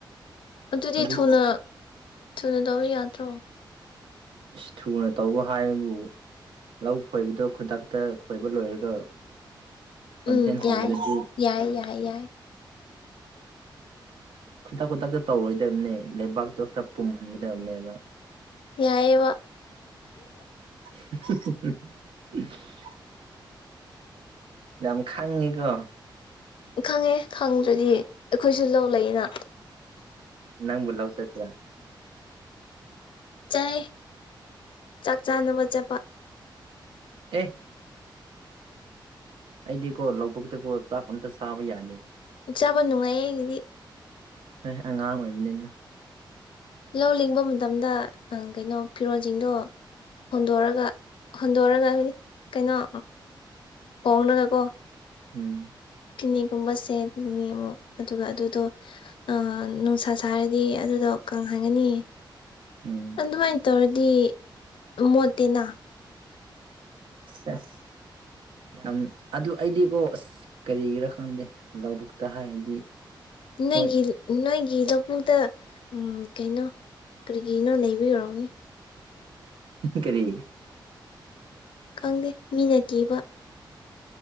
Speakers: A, on the left; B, on the right.
A: ꯑꯗꯨꯗꯤ
B: ꯍꯧꯖꯤꯛ
A: ꯊꯨꯅ ꯊꯨꯅ ꯇꯧꯕ ꯌꯥꯗ꯭ꯔꯣ
B: ꯏꯁ ꯊꯨꯅ ꯇꯧꯕ ꯍꯥꯏꯕꯨ ꯂꯧ ꯈꯣꯏꯕꯗꯣ ꯈꯨꯗꯛꯇ ꯈꯣꯏꯕ ꯂꯣꯏꯔꯒ ꯂꯝꯐꯦꯟ
A: ꯎꯝ ꯌꯥꯏ
B: ꯍꯨꯝꯕꯗꯗꯤ
A: ꯌꯥꯏ ꯌꯥꯏ ꯌꯥꯏ
B: ꯈꯨꯗꯛ ꯈꯨꯗꯛꯇ ꯇꯧꯔꯣꯏꯗꯕꯅꯦ ꯂꯩꯕꯥꯛꯇꯣ ꯈꯔ ꯄꯨꯝꯍꯟꯒꯗꯕꯅꯦꯕ
A: ꯌꯥꯏꯌꯦꯕ
B: <inaudible> ꯌꯥꯝ ꯈꯪꯉꯦꯀꯣ
A: ꯈꯪꯉꯦ ꯈꯪꯗ꯭ꯔꯗꯤ ꯑꯩꯈꯣꯏꯁꯨ ꯂꯧ ꯂꯩꯅ
B: ꯅꯪꯕꯨ ꯂꯧ ꯆꯠꯄ꯭ꯔꯣ
A: ꯆꯥꯏ ꯆꯥꯛ ꯆꯥꯟꯅꯕ ꯆꯠꯄ
B: ꯑꯦ ꯑꯩꯗꯤꯀꯣ ꯂꯧꯕꯨꯛꯇꯀꯣ ꯆꯥꯛ ꯑꯃꯇ ꯆꯥꯕ ꯌꯥꯗꯦ
A: ꯆꯥꯕ ꯅꯨꯡꯉꯥꯏ ꯑꯩꯒꯤꯗꯤ
B: ꯑꯩ ꯑꯉꯥꯡ ꯑꯣꯏꯕꯅꯤꯅ
A: ꯂꯧ ꯂꯤꯡꯕ ꯃꯇꯝꯗ ꯀꯩꯅꯣ ꯐꯤꯔꯣꯜꯁꯤꯡꯗꯣ ꯍꯣꯟꯗꯣꯔꯑꯒ ꯍꯣꯟꯗꯣꯔꯒ ꯍꯥꯏꯗꯤ ꯀꯩꯅꯣ ꯍꯣꯡꯂꯒꯀꯣ
B: ꯎꯝ
A: ꯐꯤꯅꯦꯛꯒꯨꯝꯕ ꯁꯦꯠꯄꯅꯦ ꯑꯃꯨꯛ ꯑꯗꯨꯒ ꯑꯗꯨꯗꯣ ꯑꯥ ꯅꯨꯡꯁꯥ ꯁꯥꯔꯗꯤ ꯑꯗꯨꯗꯣ ꯀꯪꯍꯟꯒꯅꯤ
B: ꯎꯝ
A: ꯑꯗꯨꯃꯥꯏꯅ ꯇꯧꯔꯗꯤ ꯃꯣꯠꯇꯦꯅ
B: ꯑ <inaudible> ꯌꯥꯝ ꯑꯗꯨ ꯑꯩꯗꯤꯀꯣ ꯑꯁ ꯀꯔꯤꯒꯤꯔꯥ ꯈꯪꯗꯦ ꯂꯧꯕꯨꯛꯇ ꯍꯥꯏꯔꯗꯤ
A: ꯅꯣꯏꯒꯤ
B: ꯍꯣꯏ
A: ꯅꯣꯏꯒꯤ ꯂꯧꯕꯨꯛꯇ ꯀꯩꯅꯣ ꯀꯔꯤꯒꯤꯅꯣ ꯂꯩꯕꯤ ꯑꯣꯏꯔꯝꯒꯅꯤ
B: ꯀꯔꯤ
A: ꯈꯪꯗꯦ ꯃꯤꯅ ꯀꯤꯕ